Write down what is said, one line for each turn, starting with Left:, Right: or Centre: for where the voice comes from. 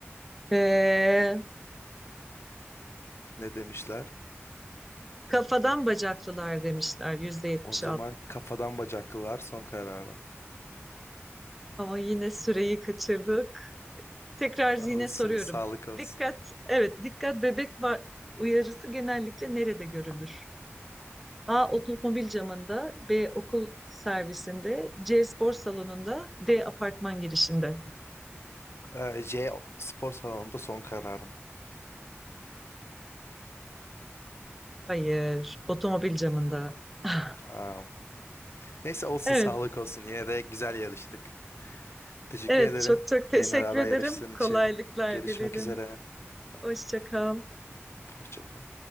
Centre: Ee,
Left: Ne demişler?
Centre: kafadan bacaklılar demişler yüzde yetmiş
Left: O zaman
Centre: altı.
Left: kafadan bacaklılar son kararım.
Centre: Ama yine süreyi kaçırdık. Tekrar yine
Left: Olsun,
Centre: soruyorum.
Left: sağlık olsun.
Centre: Dikkat, evet dikkat bebek var uyarısı genellikle nerede görülür? A. Otomobil camında. B. Okul servisinde. C. Spor salonunda. D. Apartman girişinde.
Left: Ee, J spor salonunda son kararım.
Centre: Hayır, otomobil camında. <laughs>
Left: Aa, neyse olsun,
Centre: Evet,
Left: sağlık olsun. Yine de güzel yarıştık. Teşekkür
Centre: evet
Left: ederim.
Centre: çok çok teşekkür
Left: Benimle beraber
Centre: ederim.
Left: yarıştığın için.
Centre: Kolaylıklar
Left: Görüşmek
Centre: dilerim.
Left: üzere.
Centre: Hoşça kal.
Left: Hoşça kal.